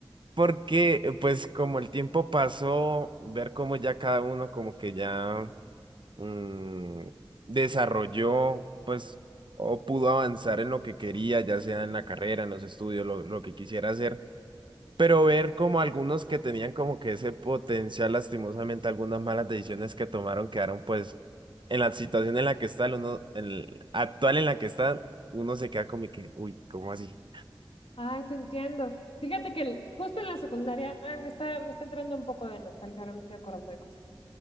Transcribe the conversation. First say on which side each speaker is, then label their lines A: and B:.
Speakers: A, on the right; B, on the left.
A: porque, eh, pues como el tiempo pasó, ver cómo ya cada uno como que ya mm, desarrolló, pues, o pudo avanzar en lo que quería, ya sea en la carrera, en los estudios, lo lo que quisiera hacer. Pero ver como algunos que tenían como que ese potencial, lastimosamente, algunas malas decisiones que tomaron quedaron pues en la situación en la que está, el uno, el actual en la que está, uno se queda como que, uy, ¿cómo así?
B: Ay, te entiendo. Fíjate que el- justo en la secundaria, ay, me está, me está entrando un poco de nostalgia, ahora me estoy acordando de cosas.